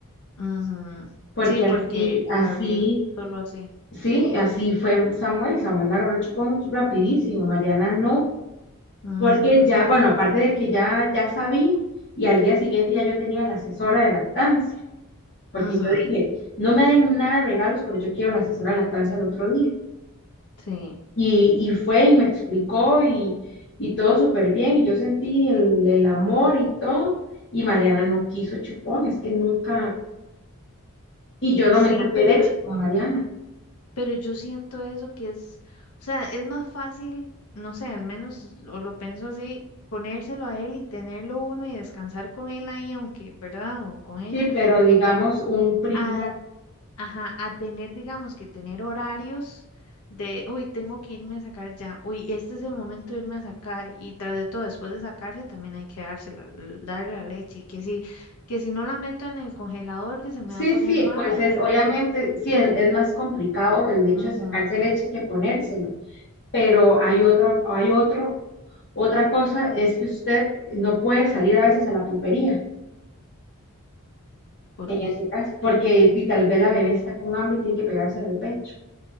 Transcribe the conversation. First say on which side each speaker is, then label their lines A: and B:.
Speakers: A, on the left; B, on the left.
A: Ujú.
B: porque
A: Sí, porque
B: así, así,
A: Gabriel solo así.
B: sí, así fue Samuel. Samuel agarró el chupón rapidísimo, Mariana no,
A: Ujú,
B: porque ya, bueno, aparte de que ya, ya sabía, y al día siguiente ya yo tenía la asesora de lactancia. porque
A: ujú,
B: yo dije, no me den nada de regalos, pero yo quiero la asesora de lactancia el otro día.
A: Sí.
B: Y, y fue y me explicó y, y todo súper bien, y yo sentí el, el amor y todo, y Mariana no quiso chupón, es que nunca, y yo no
A: Sí,
B: me saqué
A: pero,
B: leche con Mariana.
A: pero yo siento eso que es, o sea, es más fácil, no sé, al menos o lo pienso así, ponérselo a él y tenerlo uno y descansar con él ahí, aunque, ¿verdad? O con ella.
B: Sí, pero digamos un primer,
A: a Ajá, a tener, digamos, que tener horarios de, uy, tengo que irme a sacar ya, uy, este es el momento de irme a sacar y tras de todo, después de sacarse también hay que dársela, l- darle la leche, que si, que si no la meto en el congelador, que se me
B: sí,
A: va a poner
B: sí,
A: mala,
B: pues es,
A: que hay
B: obviamente,
A: que...
B: sí, es, es más complicado el hecho
A: Ujú,
B: de sacarse leche que ponérselo, pero hay otro, hay otro, otra cosa es que usted no puede salir a veces a la pulpería.
A: ¿Por
B: en
A: qué?
B: este caso, porque y tal vez la bebé está con hambre y tiene que pegársela al pecho.